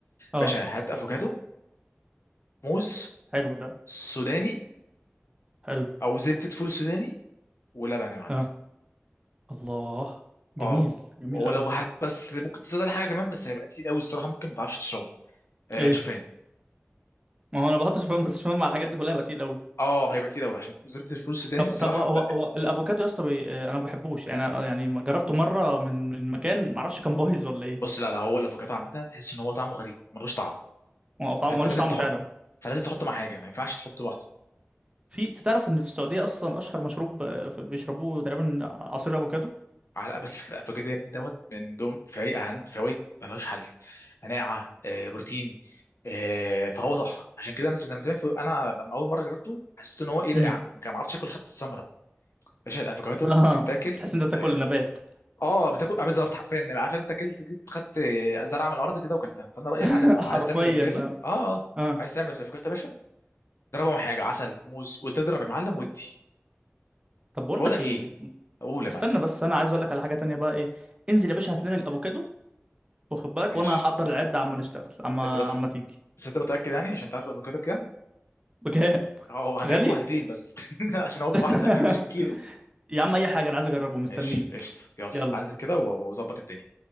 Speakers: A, on the right; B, on the left.
A: اه
B: باشا هات افوكادو موز
A: حلو ده
B: سوداني
A: حلو
B: او زبده فول سوداني ولبن يا معلم
A: اه الله جميل
B: اه
A: جميل
B: ولو
A: قوي
B: هات بس ممكن تزود على حاجه كمان بس هيبقى كتير قوي الصراحه ممكن ما تعرفش تشربه آه
A: ايه
B: شوفان
A: ما هو انا بحط شوفان بس شوفان مع الحاجات دي كلها بقى تقيل قوي
B: اه هيبقى تقيل قوي عشان زبده الفول السوداني
A: طب
B: الصراحه
A: طب آه، هو هو الافوكادو يا اسطى بي... آه، انا ما بحبوش يعني آه، يعني ما جربته مره من من مكان ما اعرفش كان بايظ ولا ايه
B: بص لا لا هو الافوكادو عامه تحس ان هو طعمه غريب ملوش طعم
A: هو طعمه
B: فانت
A: ملوش
B: لازم
A: طعم
B: تحط
A: فعلا
B: فلازم تحطه مع حاجه ما ينفعش تحطه لوحده
A: في أنت تعرف ان في السعوديه اصلا اشهر مشروب آه، في- بيشربوه تقريبا عصير افوكادو
B: على بس <laughs> فكره الافوكادو يا ابني دوت من دوم في عند فوائد ملوش حل مناعه آه، بروتين آه، فهو تحفه عشان كده الناس بتعمل في انا لما اول مره جربته حسيت ان هو ايه ده
A: امم
B: يعني ما عرفتش اكل حتى الثمره باشا الافوكادو
A: <laughs>
B: بيتاكل
A: تحس إن انت بتاكل
B: اه
A: نبات
B: آه، بتاكل آه، بالظبط حرفيا يعني عارف انت اكلت جيت خدت آه، زرعه من الارض كده وكلتها فانا رايي يا معلم
A: <laughs>
B: لو عايز
A: حرفيا
B: تعمل الافوكادو
A: اه
B: اه اه
A: اه
B: عايز تعمل الافوكادو يا باشا ضربهم حاجه عسل موز وتضرب يا معلم ودي
A: طب بقول
B: طب اقول
A: لك
B: لك
A: ايه
B: ايه اقول يا
A: استنى
B: معلم
A: بس انا عايز اقول لك على حاجه تانية بقى ايه انزل يا باشا هات لنا افوكادو واخد بالك
B: ماشي
A: وانا هحضر العده عما نشتغل عما
B: انت بس
A: عما تيجي
B: بس انت متاكد يعني عشان تعرف الافوكاتو بكام
A: بكام
B: اه انا
A: غالي
B: هجيب واحدتين بس <laughs> عشان هو بالواحده
A: <laughs>
B: <laughs> مش بالكيلو
A: يا عم اي حاجه انا عايز اجربه مستنيك
B: ماشي قشطه يلا
A: يلا
B: هنزل كده و- واظبط الدنيا